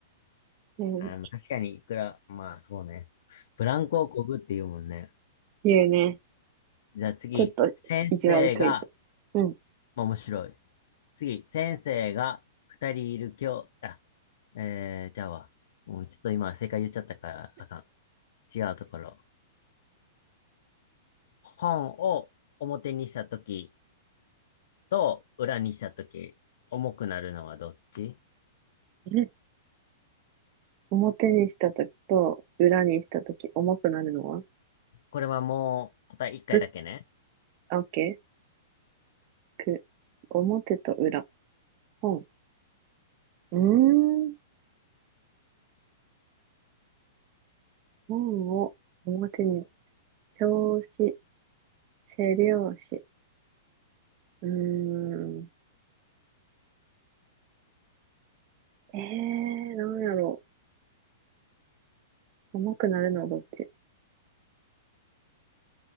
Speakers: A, on the right; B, on the left.
A: うん。
B: あの、確かにいくら、まあ、そうね。ブランコをこぐって言うもんね。
A: 言うね。
B: じゃあ次、
A: ちょっと意地悪クイズ。
B: 先生が、
A: うん。
B: まあ、面白い。次、先生が二人いる教あ、えー、じゃあわ。もうちょっと今正解言っちゃったからあかん。違うところ。本を表にしたときと裏にしたとき、重くなるのはどっち
A: え表にしたときと裏にしたとき重くなるのは
B: これはもう答え一回だけね。
A: ぶ、あ、オッケー。く、表と裏。本。うーん。本を表にし、表紙、背表紙。うーん。えー、なんやろう。重くなるのはどっち